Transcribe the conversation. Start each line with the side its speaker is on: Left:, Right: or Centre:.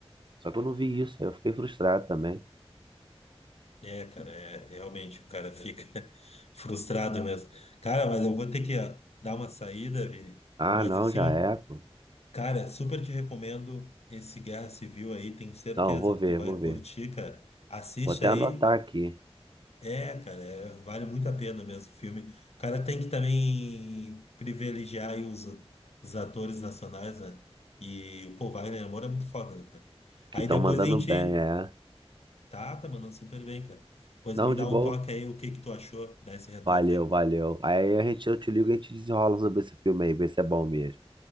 Right: Só que eu não vi isso, aí eu fiquei frustrado também.
Left: É, cara, é, realmente, o cara fica <laughs> frustrado mesmo. Cara, mas eu vou ter que ó, dar uma saída, Vini,
Right: Ah,
Left: mas
Right: não,
Left: assim,
Right: já é, pô.
Left: Cara, super te recomendo esse Guerra Civil aí, tenho certeza
Right: Não, vou
Left: que
Right: ver,
Left: tu vai
Right: vou ver.
Left: curtir, cara. Assiste
Right: Vou até
Left: aí,
Right: anotar aqui,
Left: é, cara, é- vale muito a pena mesmo o filme. O cara tem que também privilegiar aí os, os atores nacionais, né? E, pô, Wagner Moura é muito foda, né, cara?
Right: que
Left: Aí
Right: estão
Left: depois
Right: mandando
Left: a gente.
Right: bem, é.
Left: Tá, tá mandando super bem, cara. Depois
Right: Não,
Left: me dá
Right: de boa.
Left: um toque aí, o que que tu achou, dá esse retorno
Right: Valeu,
Left: aí.
Right: valeu. Aí a gente, eu te ligo e a gente desenrola sobre esse filme aí, ver se é bom mesmo.